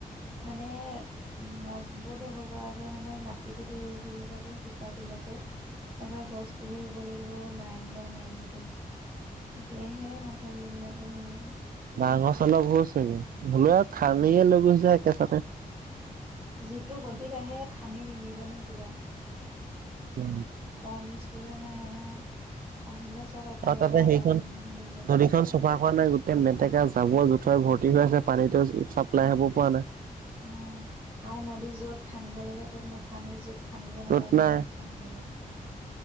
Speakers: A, on the right (about 15°); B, on the right (about 70°).
A: মানে উ মজবুত হব পৰাকে মানে মাটিটো ধৰি ৰাখিব পৰাকে শিপাবিলাকে তা পা গছ পুলি ৰুব লাগিব লাইন বাই লাইন কে। তেতিয়াহে মাথাউৰিবলাকৰ হেৰি হ'ব
B: বাহ গছ অলপ হৈছে ধলোৱে খানিয়ে লৈ গৈছে একেচাতে
A: যিটো গতিত আহে খান্দি নিনিব নে কিবা।
B: উ।
A: কম স্পীডত নাহে নহয়, আহিলে চব এফাল
B: আৰু তাতে
A: পা
B: সেইখন
A: দাহি মুহি লৈ যায়।
B: নদীখন চফা কৰা নাই গোটেই মেটেকা জাবৰ জোথৰ ভৰ্তি হৈ আছে পানীতো চাপ্লাই হব পৰা নাই।
A: উম আও নদী য'ত খানিব লাগে ত'ত নেখানেই য'ত খানিব নালাগে
B: য'ত নাই
A: ত'ত খানি থাকে।